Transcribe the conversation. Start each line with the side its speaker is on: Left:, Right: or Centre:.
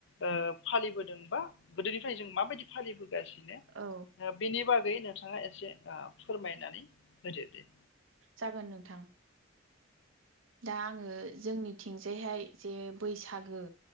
Left: ओ फालिबोदोंबा गोदोनिफ्राय जों माबायदि फालिबोगासिनो
Right: औ
Left: ओ बेनि बागै नोंथाङा एसे ओ फोरमायनानै होदो दे।
Right: जागोन नोंथां। दा आंङो जोंनिथिंजायहाय जे बैसागो